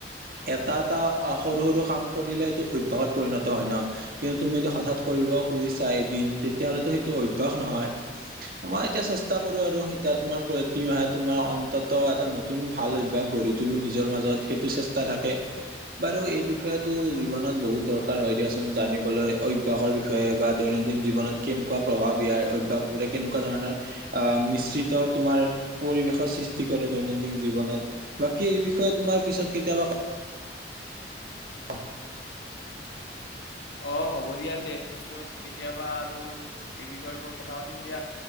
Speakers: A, on the right (about 55°); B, on the left (about 70°).
A: এটা এটা সৰু সৰু কাম কৰিলে সেইটো অভ্যাসত পৰিণত হয় ন কিন্তু তুমি যদি হঠাৎ কৰিব খুজিছা এদিন তেতিয়া হ'লেতো সেইটো অভ্যাস নহয়। মই এতিয়া চেষ্টা কৰোঁ আৰু এতিয়া তোমাৰ প্ৰতি মাহাত তোমাৰ অন্তত্ব এটা নতুন ভাল অভ্যাস গঢ়ি তুলো নিজৰ মাজত সেইটো চেষ্টা থাকে। বাৰু এই বিষয়েটো জীৱনত বহুত দৰকাৰ হয় দিয়াচোন জানিবলৈ অভ্যাসৰ বিষ বিষয়ে বা দৈনন্দিন জীৱনত কেনেকুৱা প্ৰভাৱ ইয়াৰ অভ্যাসবোৰে কেনেকুৱা ধৰণৰ! আহ মিশ্ৰিত তোমাৰ পৰিবেশৰ সৃষ্টি কৰে দৈনন্দিন জীৱনত বাকী এই বিষয়ে তোমাৰ পিছত কেতিয়াবা অফ।
B: অ' হ'ব দিয়া তে পিছত কেতিয়াবা আৰু এই বিষয়ৰ ওপৰত কথা পাতিম দিয়া।